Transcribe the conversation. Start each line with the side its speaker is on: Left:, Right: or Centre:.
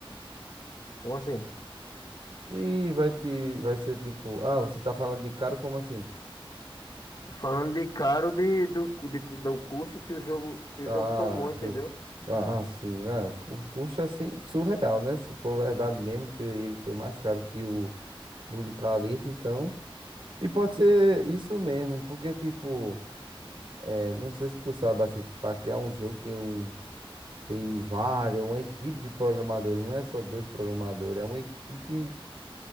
Left: Como assim?
Right: Que vai te, vai ser tipo, ah, você tá falando de caro, como assim?
Left: Falando de caro de, do, cu- de cu- do custo que o jogo, que
Right: Ah,
Left: o jogo tomou, entendeu?
Right: que eu. Ah, ah, sim. Ah, o cu- custo é assim, surreal, né? Se for verdade mesmo que ele foi mais caro que o Burj Khalifa, então. E pode ser isso mesmo, porque, tipo, é, não sei se tu sabe, assim, que para criar um jogo tem um. Tem várias, uma equipe de programadores, não é só dois programadores, é uma equipe